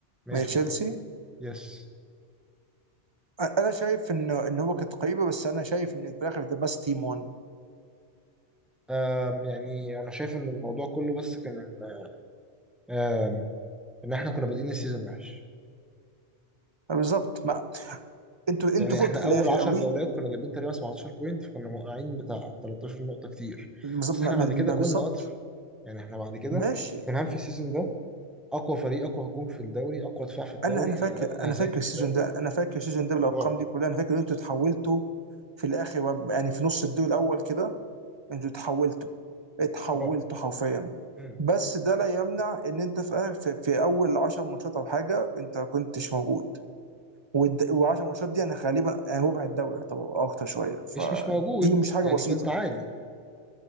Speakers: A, in the centre; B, on the right.
A: 100%
B: من تشيلسي
A: يس
B: انا شايف انه ان هو كانت قريبه بس انا شايف ان في الاخر ذا بس تيم 1
A: آم يعني انا شايف ان الموضوع كله بس كان ان آم ان احنا كنا بادئين السيزون وحش
B: بالظبط ما انتوا انتوا
A: يعني
B: فقتوا
A: احنا
B: في
A: اول
B: الاخر
A: 10
B: قوي
A: جولات كنا جايبين تقريبا 17 بوينت فكنا موقعين بتاع 13 نقطة كتير
B: بالظبط
A: بس
B: ما-
A: احنا
B: ما-
A: بعد
B: ما-
A: كده كنا
B: بالظبط
A: قطر يعني احنا بعد كده
B: ماشي
A: توتنهام في السيزون ده اقوى فريق اقوى هجوم في الدوري اقوى دفاع في الدوري
B: انا انا فاكر
A: اقل
B: انا
A: هزايم
B: فاكر
A: في
B: السيزون
A: الدوري
B: ده انا فاكر السيزون ده بالارقام
A: رعب
B: دي كلها انا فاكر ان انتوا اتحولتوا في الاخر وب- يعني في نص الدور الاول كده انتوا اتحولتوا اتحولتوا
A: رعب
B: حرفيا
A: مم.
B: بس ده لا يمنع ان انت في آخر- في, في اول 10 ماتشات او حاجه انت ما كنتش موجود وال10 ماتشات دي انا غالبا يعني ربع الدوري يعتبر اكتر شويه فدي
A: مش مش موجود
B: مش حاجه
A: يعني
B: بسيطه
A: كنت عادي